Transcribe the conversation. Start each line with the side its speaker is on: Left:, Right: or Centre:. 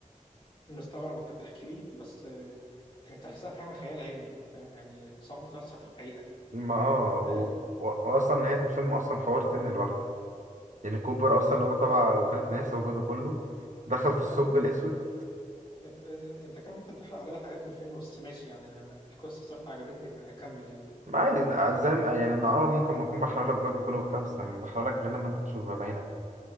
Left: مستغرب وأنت بتحكي لي بس آه، تحسها فعلا خيال علمي فاهم يعني صعب تحصل في الحقيقة
Right: ما اه و...
Left: آه،
Right: و... وأصلا نهاية الفيلم أصلا حوار تاني لوحده يعني كوبر أصلا
Left: طب
Right: اللي هو تبع
Left: آه،
Right: وكالة ناسا وجوده كله دخل في
Left: يعني
Right: الثقب
Left: قول
Right: الأسود
Left: قول بس يعني أنت أنت أنت كان ممكن تحرق عليا حاجات من الفيلم بس ماشي يعني أنا القصة صراحة عجبتني فأكمل يعني
Right: عادي زي ما يعني انا اه ممكن ما اكون بحرق لك جوده كله وبتاع بس لما بحرق لك غير لما انت تشوفها بعينك